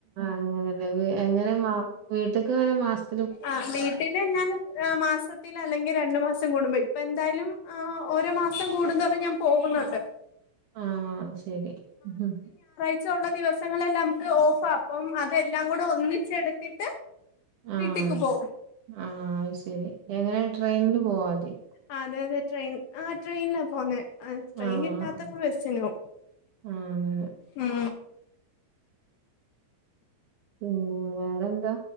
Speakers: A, on the right (about 70°); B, on the left (about 75°).
A: അങ്ങനെല്ലേ എങ്ങനെ വീട്ടക്ക്ങ്ങനെ മാസ്
B: ആ വീട്ടില് ഞാൻ മാസത്തില് അല്ലെങ്കിൽ രണ്ടു മാസം കൂടുമ്പോ ഇപ്പ എന്തായാലും ആ ഓരോ മാസം കൂടും തോറും ഞാൻ പോകുന്നുണ്ട്
A: ആ ശെരി ഉം
B: ച്ചാ ഒള്ള ദിവസങ്ങളെല്ലാം നമുക്ക് ഓഫാ അപ്പം അതെല്ലാം കൂടെ ഒന്നിച്ചെടുത്തിട്ട്
A: ആഹ്
B: വീട്ടിക്ക് പോവും
A: ആഹ് അത് ശരി എങ്ങനെയ ട്രെയിനില് പോവോ അവിടെ
B: ആ അതെ അതെ ട്രെയിൻ ആ ട്രെയിനിലാ പോന്നെ ട്രെയിൻ
A: ആഹ്
B: കിട്ടാത്തപ്പോ ബെസ്സിനോം
A: ആ അങ്ങനെ
B: ഉം
A: പിന്നെ വേറെ എന്താ